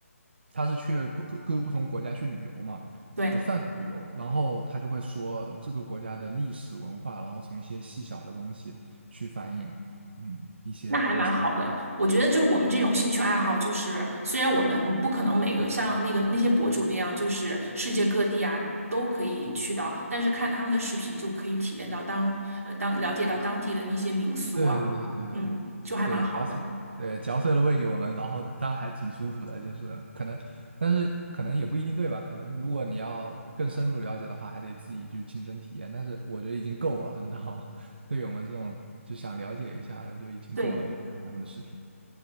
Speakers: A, on the right; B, on the right.
A: 他是去不各各个不同国家去旅游嘛，
B: 对，
A: 也算是旅游。然后他就会说这个国家的历史文化，然后从一些细小的东西去反映，嗯，一些历史文化的。
B: 那还蛮好的。我觉得就是我们这种兴趣爱好，就是虽然我们不可能每个像那个那些博主那样，就是世界各地啊都可以去到，但是看他们的视频就可以体验到当呃当了解到当地的那些民俗啊，
A: 对对对对
B: 嗯，就还蛮好的。
A: 对，对，嚼碎，对，嚼碎了喂给我们，然后当然还挺舒服的，就是可能，但是可能也不一定对吧？可能如果你要更深入了解的话，还得自己去亲身体验。但是我觉得已经够了，你知道吗？<laughs> 对于我们这种就想了解一下的，就已经够了，
B: 对，
A: 就看他们的视频